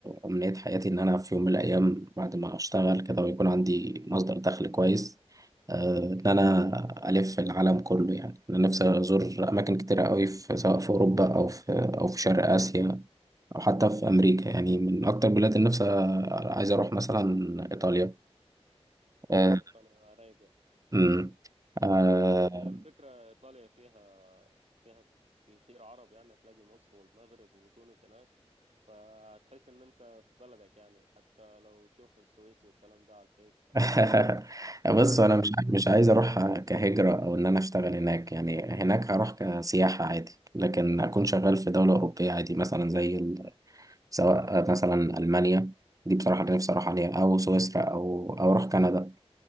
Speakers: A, on the right; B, on the right.
A: امنية حياتي ان انا في يوم من الايام بعد ما اشتغل كده ويكون عندي مصدر دخل كويس آه، ان انا الف العالم كله يعني انا نفسي ازور اماكن كتيرة قوي في سواء في اوروبا او في او في شرق اسيا او حتى في امريكا يعني من اكتر بلاد النفس عايز اروح مثلا ايطاليا آه،
B: وإيطاليا رايقة
A: امم آه.
B: بس الفكرة إيطاليا فيها فيها كتير عرب يعني هتلاقي مصر والمغرب وتونس هناك فهتحس إن أنت في بلدك يعني حتى لو تشوف السويسي والكلام ده على الفيس
A: <laughs> بص انا
B: فهتقول
A: مش مش عايز اروح كهجرة او ان انا اشتغل هناك يعني هناك هروح كسياحة عادي لكن اكون شغال في دولة اوروبية عادي مثلا زي ال... سواء مثلا المانيا دي بصراحة اللي نفسي اروح عليها او سويسرا او او اروح كندا